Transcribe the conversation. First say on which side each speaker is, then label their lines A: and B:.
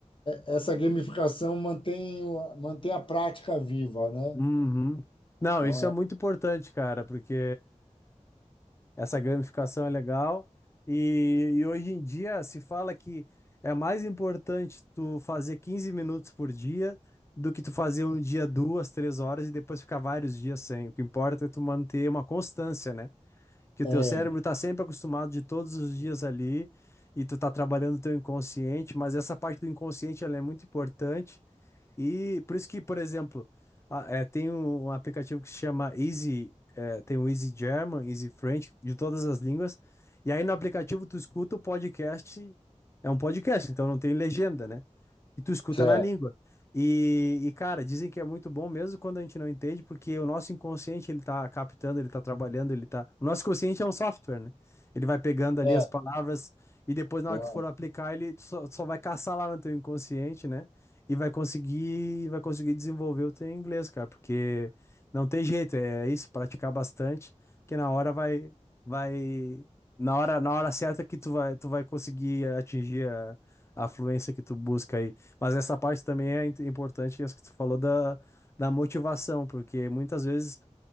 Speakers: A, on the left; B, on the left.
A: essa gamificação mantém, o- mantém a prática viva, né?
B: Uhum. Não,
A: Então,
B: isso é muito importante, cara, porque essa gamificação é legal e, e hoje em dia se fala que é mais importante tu fazer 15 minutos por dia do que tu fazer um dia duas, três horas e depois ficar vários dias sem. O que importa é tu manter uma constância, né? Que o
A: é,
B: teu cérebro
A: é,
B: tá sempre acostumado de todos os dias ali e tu tá trabalhando o teu inconsciente, mas essa parte do inconsciente ela é muito importante e por isso que, por exemplo, a- é, tem um um aplicativo que se chama Easy, é, tem o Easy German, Easy French, de todas as línguas. E aí no aplicativo tu escuta o podcast, é um podcast, então não tem legenda, né? E tu escuta
A: certo,
B: na língua. E, e, cara, dizem que é muito bom mesmo quando a gente não entende, porque o nosso inconsciente ele tá captando, ele tá trabalhando, ele tá. O nosso consciente é um software, né? Ele vai pegando ali
A: é,
B: as palavras e depois na hora
A: é.
B: que tu for aplicar, ele só, só vai caçar lá no teu inconsciente, né? e vai conseguir, vai conseguir desenvolver o teu inglês, cara, porque não tem jeito, é isso, praticar bastante, que na hora vai, vai, na hora, na hora certa que tu vai, tu vai conseguir atingir a, a fluência que tu busca aí. Mas essa parte também é int- importante, essa que tu falou da, da motivação, porque muitas vezes